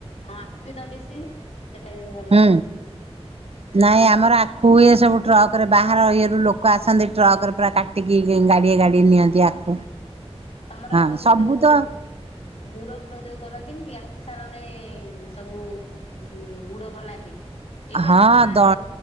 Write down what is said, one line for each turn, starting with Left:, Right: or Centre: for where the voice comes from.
Left: ହଁ ଆଖୁ <unintelligible> <unintelligible> ବିି ଦଉଡି ସେ ସେଟା <unintelligible>
Right: ହୁଁ, ନାଇଁ ଆମର ଆଖୁ
Left: ସକାଳୁ
Right: ଇ ସବୁ ଟ୍ରକ୍, ପାରେ ବାହାର ଇଏରୁ ଲୋକ ଆସନ୍ତି ଟ୍ରକରେ ପୁରା କାଟିକି ଗାଡ଼ିଏ ଗାଡ଼ି ନିଅନ୍ତି ଆଖୁ।
Left: ହୁଁ, ତମର
Right: ହଁ
Left: ଆଉ
Right: ସବୁ
Left: ଯୋଉ,
Right: ତ
Left: ଗୁଡ ଫୁଡ ଯୋଉ କରନ୍ତିନି ଆଖୁଶାଳ ରେ ସବୁ। ହୁଁ ଗୁଡ ବନାନ୍ତି। ଏଇଠି
Right: ହଁ
Left: ଆମ ଗାଁ
Right: ଦ
Left: ରେ,